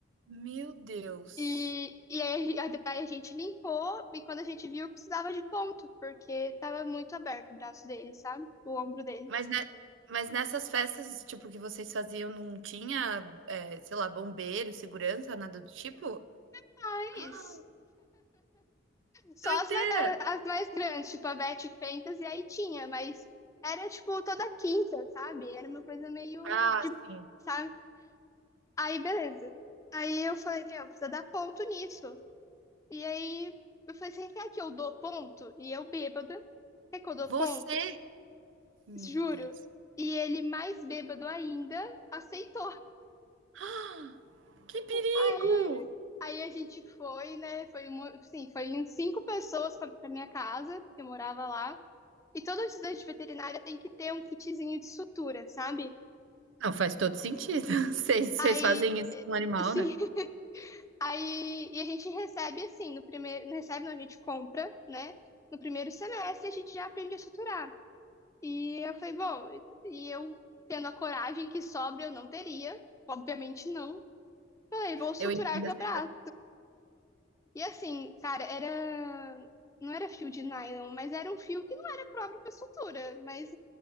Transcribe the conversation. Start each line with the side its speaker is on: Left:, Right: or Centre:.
Right: Meu Deus.
Left: E, e aí, a, aí a gente limpou, e quando a gente viu, precisava de ponto, porque tava muito aberto o braço dele, sabe? O ombro dele.
Right: Mas ne mas nessas festas, tipo, que vocês faziam não tinha, eh, sei lá, bombeiro, segurança, nada do tipo?
Left: Ah,
Right: Ah,
Left: é isso. Só
Right: doideira.
Left: as, ma- a- as mais grandes, tipo a Beth Fentas, e aí tinha, mas era tipo toda quinta, sabe? Era uma coisa meio
Right: Ah,
Left: de,
Right: sim.
Left: sabe? Aí beleza. Aí eu falei, meu, precisa dar ponto nisso. E aí eu falei, você quer que eu dou ponto? E eu bêbada, quer que eu dou
Right: Você
Left: ponto?
Right: Meu
Left: Juro.
Right: Deus.
Left: E ele mais bêbado ainda aceitou.
Right: Ah, Que perigo!
Left: Aí, aí a gente foi, né? Foi, uma- sim, foi em cinco pessoas pra, pra minha casa, que eu morava lá. E todo estudante de veterinária tem que ter um kitzinho de sutura, sabe?
Right: Não, faz todo sentido. <laughs> Vocês
Left: Aí,
Right: fazem isso com um animal,
Left: sim,
Right: né?
Left: <laughs> aí e a gente recebe assim, no primeiro, não recebe, não, a gente compra, né? No primeiro semestre a gente já aprende a suturar. E eu falei, bom, e eu tendo a coragem que sobra eu não teria, obviamente não. Falei, vou suturar
Right: Eu entendo
Left: teu
Right: assim.
Left: braço. E assim, cara, era não era fio de nylon, mas era um fio que não era próprio para sutura, mas